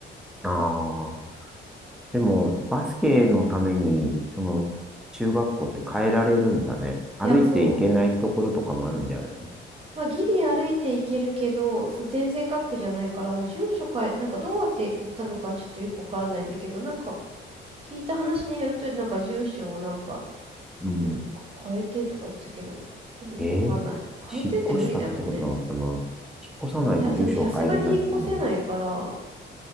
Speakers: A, in the centre; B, on the right.
A: ああ、でも、バスケのために、その、中学校って変えられるんだね。歩いていけないところとかもあるんじゃない
B: いや、そう。まあ、ギリ歩いていけるけど、そう、全然学区じゃないから、まあ、住所変え、なんかどうやって行ったのかちょっとよくわからないんだけど、なんか聞いた話によると、なんか住所をなんか、
A: うん。
B: うん、か変えてとか言ってたけど、でもよくわかんない。
A: えー
B: 変えてって無理だもんね。
A: 引っ越したってことなのかな引っ越さないと住所を変えれないと思うよ。
B: いや、でもさすがに引っ越せないから、